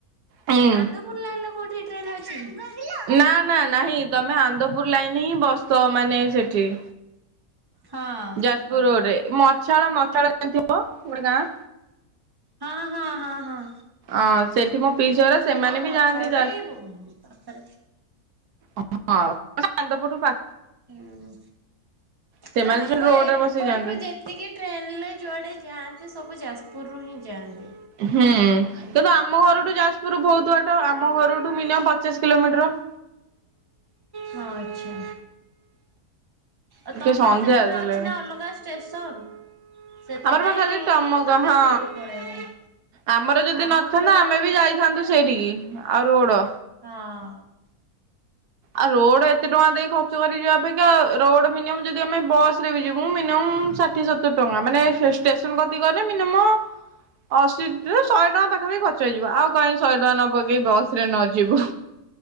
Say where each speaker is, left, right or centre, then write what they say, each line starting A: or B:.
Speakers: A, on the right; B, on the right.
A: ହୁଁ
B: ଆନ୍ଦପୁର ଲାଇନ୍ ଲେ କୋଉଠି ଟ୍ରେନ ଅଛି। ହଁ
A: ନା, ନା, ନାହିଁ ତମେ ଆନ୍ଦପୁର ଲାଇନ ହିଁ ବସ, ମାନେ ସେଠି।
B: ହଁ
A: ଯାଜପୁର ରୋଡ୍ ରେ। ମଛାଳ ମଛାଳ ଜାଣିଥିବ! ଗୋଟେ ଗାଁ
B: ହଁ ହଁ ହଁ ହଁ।
A: ଅଁ ସେଠି ମୋ ପିଇସି ଅର। ସେମାନେ ବି
B: ମଛାଳ
A: ଯାଆନ୍ତି, ଯାଜ
B: ପା ଏଇ ପାଖରେ।
A: ହଁ ହଁ ହଁ ମାନେ ଆନ୍ଦପୁର ପା
B: ହୁଁ।
A: ସେମାନେ
B: ହଁ ଆମ
A: ସେଠି ରୋଡରେ
B: ଏପଟରୁୁ
A: ବସି ଯାଆନ୍ତି
B: ଯେତିକି ଟ୍ରେନରେ ଯୁଆଡେ ଯାଆନ୍ତି ସବୁ ଯାଜପୁରରୁ ହିଁ ଯାଆନ୍ତି।
A: ହୁଁ କିନ୍ତୁ ଆମ ଘରଠୁ ଯାଜପୁର ବହୁତ ବାଟ ଆମ ଘରଠୁ ମିନିମମ୍ ପଚାଶ କିଲୋମିଟର। <inaudible>
B: ହଁ ଆଚ୍ଛା। ଆ
A: ଟିକେ
B: ତମର
A: ସନ୍ଧ୍ୟା
B: ସେପଟରେ
A: ଦେଲେଣି
B: ଅଛି ନା ଅଲଗା ଷ୍ଟେସନ? ସେଥିପାଇଁ
A: ଆମର ବା ଖାଲି ଟମକ
B: ତମେ
A: ହଁ
B: ସେଇଠୁ ପଳେଇବ।
A: ଆମର ଯଦି
B: ଆମର
A: ନଥାନ୍ତା
B: ଧର
A: ଆମେ
B: ଆଉ କୋଉଠି
A: ବି ଯାଇଥାନ୍ତୁ
B: ନାହିଁ ନା
A: ସେଇଠିକି ଆଉ ରୋଡ।
B: ହଁ।
A: ଆଉ ରୋଡ ଏତେ ଟଙ୍କା ଦେଇ ଖର୍ଚ୍ଚ କରିଯିବା ଅପେକ୍ଷା ରୋଡ ମିନିମ ଯଦି ଆମେ ବସରେ ବି ଯିବୁ ମିନି ଷାଠି ସତର ଟଙ୍କା ମାନେ ଷ୍ଟେସନ କତି କରେ ମିନିମ ଅଶୀ ଶହେ ଟଙ୍କା ପାଖାପାଖି ଖର୍ଚ୍ଚ ହେଇଯିବ, ଆଉ କାହିଁକି ଶହେ ଟଙ୍କା ନ ପକେଇ
B: ହୁଁ।
A: ବସ ରେ ନଯିବୁ।